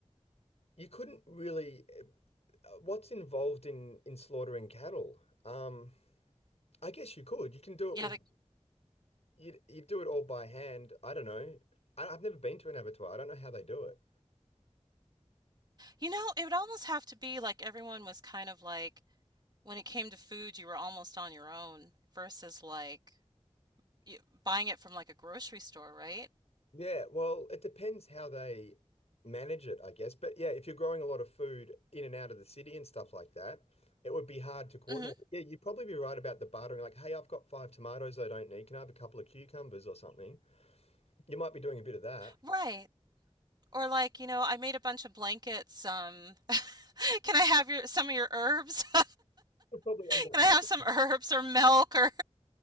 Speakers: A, on the left (about 65°); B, on the right (about 35°).
A: you couldn't really, uh, what's involved in in slaughtering cattle? Um, I guess you could. You can do it
B: yeah,
A: with,
B: the,
A: you you do it all by hand. I don't know. I, I've never been to an abattoir. I don't know how they do it.
B: you know, it would almost have to be like everyone was kind of like, when it came to food, you were almost on your own versus like y buying it from like a grocery store, right?
A: Yeah, well, it depends how they manage it, I guess. But yeah, if you're growing a lot of food in and out of the city and stuff like that, it would be hard to coordinate.
B: hmm
A: Yeah, you'd probably be right about the bartering, like, hey, I've got five tomatoes I don't need. Can I have a couple of cucumbers or something? You might be doing a bit of that.
B: Right. Or like, you know, I made a bunch of blankets. Um, <laughs> can I have your some of your herbs? <laughs>
A: Would probably end up
B: Can I
A: happening.
B: have some herbs or milk or